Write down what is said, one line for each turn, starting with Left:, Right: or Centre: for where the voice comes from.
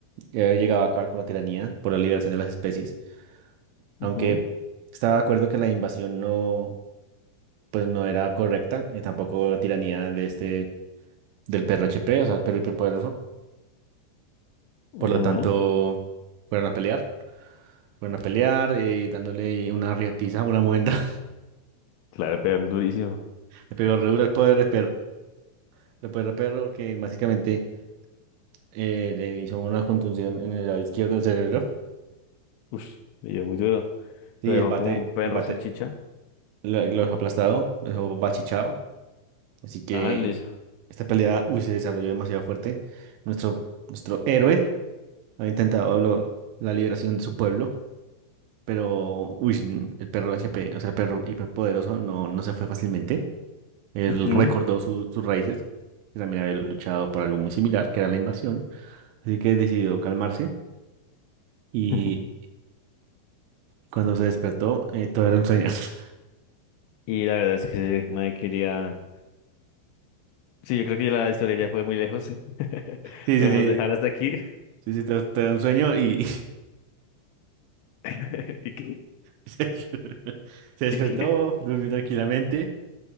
Right: eh, llegaba a acabar con la tiranía por la liberación de las especies, aunque
Left: ujú,
Right: estaba de acuerdo que la invasión no, pues no era correcta y tampoco la tiranía de este, del perro HP, o sea, el perro hiperpoderoso,
Left: ujú.
Right: por lo tanto, fueron a pelear. Fueron a pelear, eh, dándole una riatiza, una muenda.
Left: Claro, pegan durísimo.
Right: <laughs> Le pegó re duro al poder de perro, al poder de perro que básicamente eh, le hizo una contusión en el lado izquierdo del cerebro.
Left: Ush, le dio muy duro.
Right: Sí,
Left: Lo dejó
Right: el bate,
Left: como un perro
Right: el bate
Left: salchicha.
Right: lo, lo dejó aplastado, lo dejó bachichao. Así que
Left: Ajá, le hizo.
Right: esta pelea uy, se desarrolló demasiado fuerte. Nuestro, nuestro héroe había intentado lo- la liberación de su pueblo, pero uy, el perro HP, o sea, el perro hiperpoderoso, no, no se fue fácilmente. Él
Left: Ujú.
Right: recordó su- sus raíces, que también había luchado por algo muy similar, que era la invasión. Así que decidió calmarse y
Left: <laughs>
Right: cuando se despertó, eh, todo era un sueño. <laughs>
Left: Y la verdad es que sí, nadie quería. Sí, yo creo que ya la historia ya fue muy lejos. <laughs>
Right: Sí,
Left: Podemos
Right: sí, sí.
Left: dejar hasta aquí.
Right: Sí, sí, todo, todo era un sueño y
Left: <laughs> ¿Y qué?
Right: <laughs> Se despertó,
Left: ¿Y qué?
Right: durmió tranquilamente.